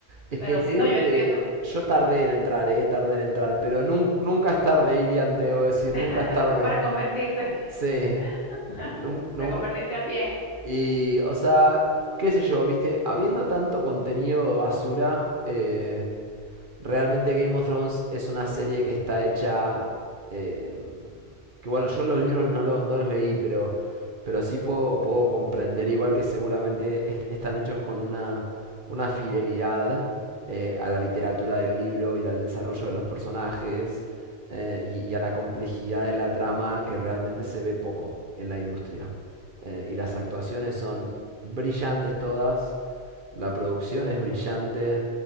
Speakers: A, on the right; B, on the left.
A: Es
B: Pero
A: que te
B: sí,
A: digo
B: no, yo
A: que
B: entiendo,
A: yo tardé en entrar, eh, tardé en entrar, pero nun- nunca es tarde, Irian, te debo decir, nunca
B: <laughs>
A: es tarde.
B: para convertirte,
A: Sí,
B: <laughs>
A: nun- nun-
B: para convertirte al bien.
A: Y, o sea, qué sé yo, viste, habiendo tanto contenido basura, eh, realmente Game of Thrones es una serie que está hecha... eh, que bueno, yo los libros no, lo- no los leí, pero, pero sí puedo, puedo comprender, igual que seguramente est- están hechos con una, una fidelidad eh, a la literatura del libro y al desarrollo de los personajes eh, y, y a la complejidad de la trama que realmente se ve poco en la industria. Eh, y las actuaciones son brillantes todas. La producción es brillante.